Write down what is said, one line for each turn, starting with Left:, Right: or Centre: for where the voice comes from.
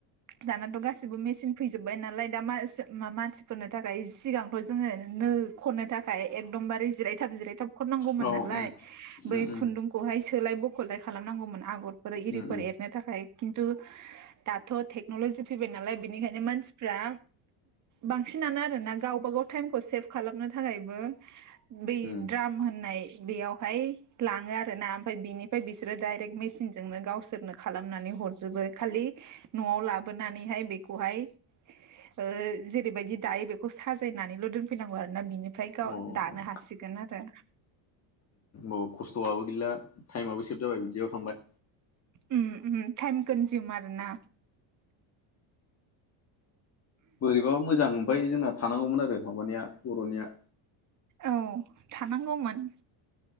Right: दानाथ गासिबो मेसिन फैजोबबाय नालाय दा मासोमानसिफोरनो थाखाय सिगांथ जोङो नो खननो थाखाय एकदमबारे जिरायथाब जिरायथाब खननांगौमोन
Left: औ
Right: नालाय
Left: उम
Right: बै
Left: उम उम
Right: खुन्दुंखौहाय सोलाय बखलाय खालामनांगौमोन आगर
Left: उम उम
Right: बोरै <unintelligible> आगर एरनो थाखाय खिन्थु दाथ टेक्नलजि फैबाय नालाय बिनिखायनो मानसिफ्रा बांसिनानो आरोना गावब गाव टाइमखौ सेभ खालामनो थाखायबो बै
Left: उम अ
Right: द्राम होननाय बेयाव ओमफाय लाङो आरोना ओमफाय बिनिफ्राय बिसोरो देयरेक मेसिनजोंनो गावसोर नो खालामनानै हरजोबो खालि नआव लाबोनानैहाय बेखौहाय ओ जेरैबायदि दायो बेखौ साजायनानैल दोनफैनांगौ आरोना बिनिफ्राय गाव
Left: उम
Right: दानो हासिगोन आरो।
Left: अ खस्थआबो गैला टाइमआबो सेभ जाबाय बिदियाव थांबाय।
Right: उम उम टाइम कनजुम आरो ना।
Left: बोरैबाबो मोजां ओमफाय जोंना थानांगौमोन आरो माबानिया बरनिया।
Right: औ थानांगौमोन।